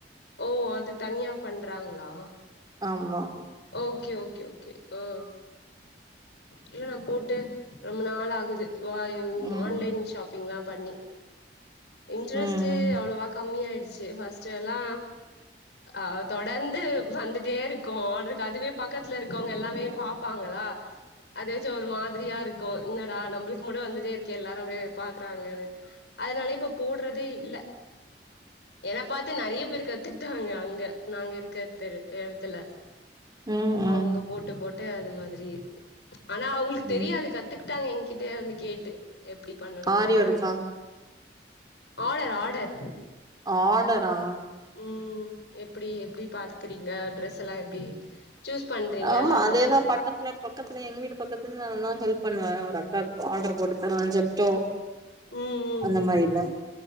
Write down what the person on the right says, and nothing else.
ம்மா
ம்.
ம்.
ம். ம்.
ம்.
ஆரி
ஒர்க்கா?
ஆடரா
ஆமா
அதேதா
பக்கத்துல <unintelligible> பக்கத்துல எங்க வீட்டு பக்கத்துல நா தா ஹெல்ப் பண்ணுவே ஒரு அக்காக்கு ஆர்டர் போட்டு தருவே ஜெப்ட்டோ
அந்த
மாரில